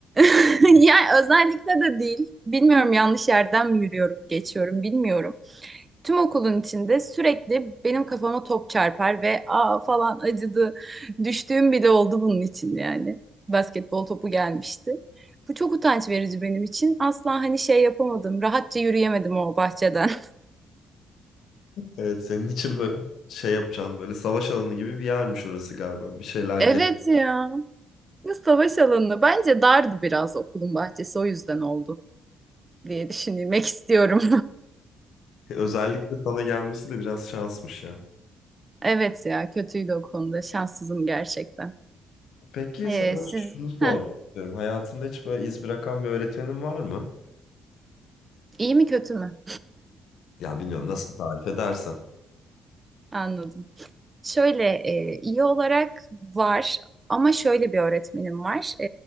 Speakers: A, on the right; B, on the left.
A: <laughs> yani özellikle de değil. Bilmiyorum yanlış yerden mi yürüyorum, geçiyorum bilmiyorum. Tüm okulun içinde sürekli benim kafama top çarpar ve aa falan acıdı. Düştüğüm bile oldu bunun için yani. Basketbol topu gelmişti. Bu çok utanç verici benim için. Asla hani şey yapamadım. Rahatça yürüyemedim o bahçeden. <laughs>
B: Evet senin için böyle şey yapacaksın böyle savaş alanı gibi bir yermiş orası galiba. Bir şeyler
A: Evet
B: gel.
A: ya. Ne savaş alanı. Bence dardı biraz okulun bahçesi. O yüzden oldu diye düşünmek istiyorum.
B: Özellikle sana gelmesi de biraz şansmış ya.
A: <laughs> Evet ya kötüydü o konuda. Şanssızım gerçekten.
B: Peki
A: Ee,
B: sana
A: siz
B: şunu sormak
A: Heh,
B: istiyorum. Hayatında hiç böyle iz bırakan bir öğretmenin var mı?
A: iyi mi kötü mü?
B: Ya bilmiyorum nasıl tarif edersen.
A: Anladım. Şöyle e, iyi olarak var ama şöyle bir öğretmenim var. E,